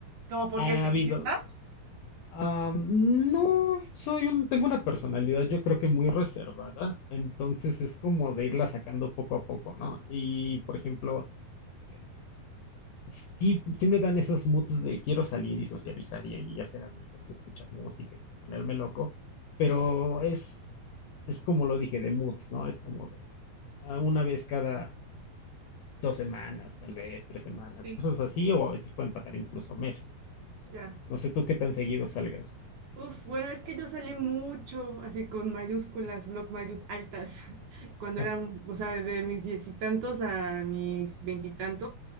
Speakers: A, on the right; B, on the left.
A: ¿Cómo por
B: ha
A: qué te encantas?
B: habido, am, no soy un, tengo una personalidad yo creo que muy reservada, entonces es como de irla sacando poco a poco, ¿no? Y por ejemplo, eh, sí, sí me dan esos moods de quiero salir y socializar y, y hacer amigos y escuchar música y ponerme loco, pero es, es como lo dije, de moods, ¿no? Es como de ah, una vez cada dos semanas, tal vez tres semanas,
A: Sí,
B: cosas así, o a veces pueden pasar incluso meses.
A: ya.
B: No sé tú qué tan seguido salgas.
A: Uf, bueno, es que yo salí mucho así con mayúsculas, bloc mayús altas, <laughs> cuando
B: <laughs>
A: eran, o sea, de mis diez y tantos a mis veintitantos.